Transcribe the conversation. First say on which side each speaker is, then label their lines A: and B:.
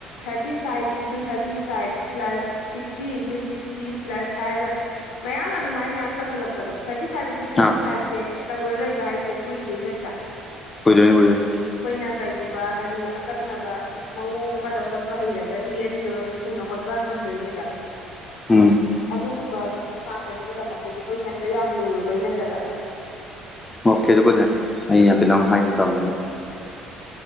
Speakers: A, on the left; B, on the left.
A: thirty five into thirty five plus sixty into sixty plus ꯍꯥꯏꯔꯒ ꯃꯌꯥꯝ ꯑ ꯑꯗꯨꯃꯥꯏꯅ ꯃꯌꯥꯝ ꯇꯧꯈꯠꯂꯛꯄꯗꯣ ꯊꯥꯔꯇꯤ ꯐꯥꯏꯚ ꯏꯟꯇꯨ ꯊꯥꯔꯇꯤ
B: ꯑꯥ
A: ꯐꯥꯏꯚꯁꯦ ꯇꯧꯔ ꯂꯩꯕ ꯍꯥꯏꯁꯦ ꯀꯨꯏꯗꯣꯏ ꯅꯠꯇ꯭ꯔꯥ
B: ꯀꯨꯏꯗꯣꯏꯅꯦ ꯀꯨꯏꯗꯣꯌꯅꯦ
A: ꯑꯩꯈꯣꯏꯅ ꯀꯩꯒꯨꯝꯕ ꯍꯥꯏꯗꯤ ꯑꯀꯛꯅꯕ ꯃꯑꯣꯡ ꯑꯃꯗ ꯍꯣꯠꯄ ꯍꯩꯔꯒꯗꯤ ꯑꯗꯨꯗꯣ ꯊꯨꯅ ꯍꯣꯠꯄ ꯉꯝꯗꯣꯏꯅꯦꯕ
B: ꯎꯝ
A: ꯑꯗꯨꯒꯨꯝꯕꯗꯨ ꯉꯥꯛꯇꯅꯦꯕ ꯇꯝꯃꯛꯇꯣꯏꯁꯦ ꯀꯣꯏꯁꯟꯗꯣ ꯌꯥꯝ ꯂꯨꯔꯨꯕꯩ ꯅꯠꯇꯕ
B: ꯑꯣꯀꯦ ꯑꯗꯨꯒꯅꯦ ꯑꯩ ꯀꯩꯅꫭꯝ ꯍꯥꯏꯒꯦ ꯇꯧꯔꯝꯕꯅꯤ